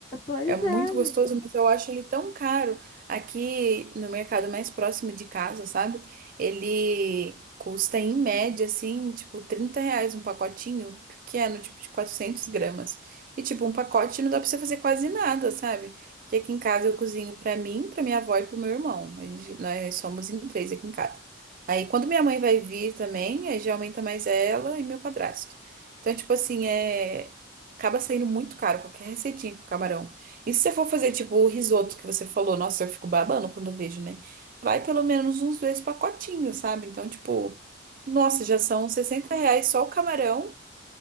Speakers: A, on the left; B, on the right.
A: Pois
B: É muito
A: é,
B: gostoso,
A: menina.
B: mas eu acho ele tão caro. Aqui no mercado mais próximo de casa, sabe? Ele custa em média, assim, tipo, 30 reais um pacotinho pequeno, tipo, de 400 gramas. E, tipo, um pacote não dá pra você fazer quase nada, sabe? Porque aqui em casa eu cozinho pra mim, pra minha avó e pro meu irmão. A gente- nós somos em três aqui em casa. Aí, quando minha mãe vai vir também, aí já aumenta mais ela e meu padrasto. Então, tipo assim, é... acaba saindo muito caro qualquer receitinha com camarão. E se você for fazer, tipo, o risoto que você falou, nossa, eu fico babando quando eu vejo, né? Vai pelo menos uns dois pacotinhos, sabe? Então, tipo, nossa, já são 60 reais só o camarão,